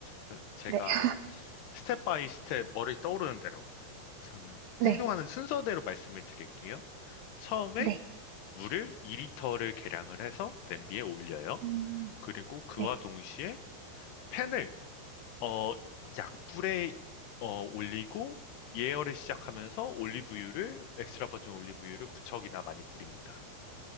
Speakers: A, on the left (about 75°); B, on the right (about 65°).
A: 그 제가
B: 네. <laughs>
A: 스텝 바이 스텝 머리 떠오르는 대로 우선은
B: 네.
A: 행동하는 순서대로 말씀을 드릴게요. 처음에
B: 네.
A: 물을 2리터를 계량을 해서 냄비에 올려요.
B: 음.
A: 그리고 그와
B: 네.
A: 동시에 팬을 어, 약불에 어, 올리고 예열을 시작하면서 올리브유를 엑스트라 버진 올리브유를 무척이나 많이 뿌립니다.